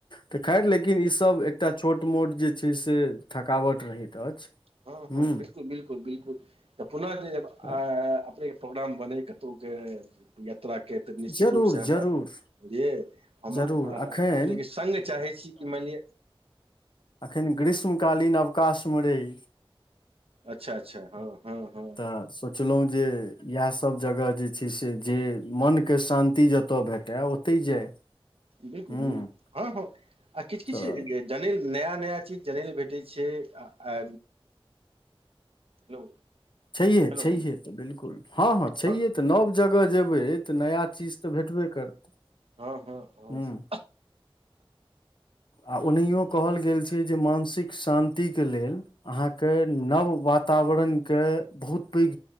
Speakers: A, on the left; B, on the right.
A: तऽ खैर लेकिन ईसभ एकटा छोट मोट जे छै से थकावट रहैत अछि
B: हाँ हाँ
A: हूँ
B: बिल्कुल बिल्कुल बिल्कुल तऽ पुनः जे ए-अ-आ
A: तऽ
B: प्रोग्राम बनै कतहुके यात्राके तऽ निश्चित
A: जरूर
B: रूपसँ हमरा
A: जरूर
B: बुझलियै हम
A: जरूर
B: अ-अपनेके
A: एखन
B: सङ्ग चाहै छी कि मानिलिअ
A: अखन ग्रीष्म कालीन अवकाशमे रहि।
B: अच्छा अच्छा हाँ हाँ हाँ
A: तऽ सोचलहुँ जे इएहसभ जगह जे छै से जे मनके शान्ति जतय भेटय ओ- तै जाय
B: बिल्कुल
A: हूँ
B: हाँ हाँ आ किछ किछ
A: तऽ
B: जे जनै लए नया नया चीज जनैए लए भेटै छै आ-आ हेलो
A: छहिए
B: हेलो
A: छहिए तऽ बिल्कुल हाँ हाँ छैये
B: हँ
A: तऽ नव जगह जेबै तऽ नया चीज तऽ भेटबे करतै
B: हाँ हाँ हाँ
A: हूँ
B: से
A: आ ओनहियो कहल गेल छै जे मानसिक शान्ति के लेल। अहाँके नव वातावरण। के बहुत पैघ